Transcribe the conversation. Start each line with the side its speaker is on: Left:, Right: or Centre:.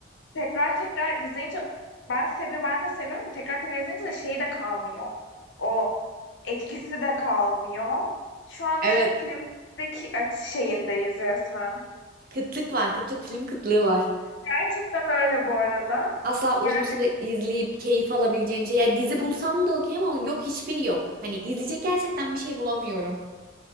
Left: tekrar tekrar izleyince ben seviyorum ben de seviyorum da tekrar tekrar izleyince de şey de kalmıyor. O etkisi de kalmıyor. Şu an
Right: Evet
Left: yani filmdeki şeyindeyiz resmen.
Right: Kıtlık var. Kıtlık film kıtlığı var.
Left: Gerçekten öyle bu arada.
Right: Asla uzun
Left: Yani
Right: süre izleyip keyif alabileceğim şey. Ya dizi bulsam da okey ama yok hiçbiri yok. Hani izleyecek gerçekten bir şey bulamıyorum.